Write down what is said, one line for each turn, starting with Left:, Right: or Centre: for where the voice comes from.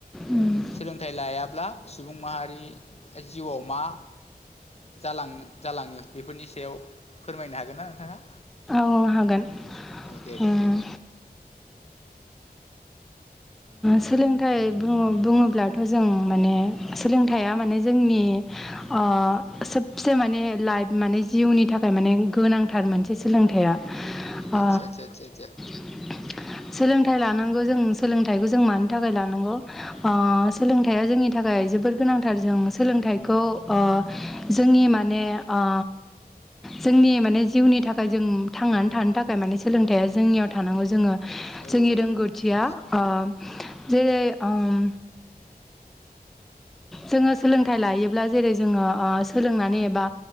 Centre: उम
Left: सोलोंथाइ लायाब्ला सुबुं माहारि जिउआव मा जालाङो जालाङो बेफोरनि सायाव फोरमायनो हागोन ना नोंथाङा?
Centre: अ हागोन
Left: दे
Centre: ओम
Left: दे दे
Centre: सोलोंथाइ बुं-बुङोब्लाथ' जों माने सोलोंथाइया माने जोंनि ओ सोबसे माने लाइफ माने जिउनि थाखाय माने गोनांथार मोनसे सोलोंथाइया ओ
Left: आदसा आदसा आदसा
Centre: <inaudible> सोलोंथाइ लानांगौ जों सोलोंथाइखौ जों मानो थाखाय लानांगौ ओ सोलोंथाय आ जोंनि थाखाय जोबोर गोनांथार जों सोलोंथाइखौ ओ जोंनि माने ओ जोंनि माने जिउनि थाखाय जों थांनानै थानो थाखाय माने सोलोंथाइया जोंनियाव थानांगौ जोङो जोंनि
Left: आदसा
Centre: रोंगौथिया
Left: औ
Centre: ओ जेरै ओम जोङो सोलोंथाइ लायोब्ला जेरै जोङो ओ सोलोंनानै एबा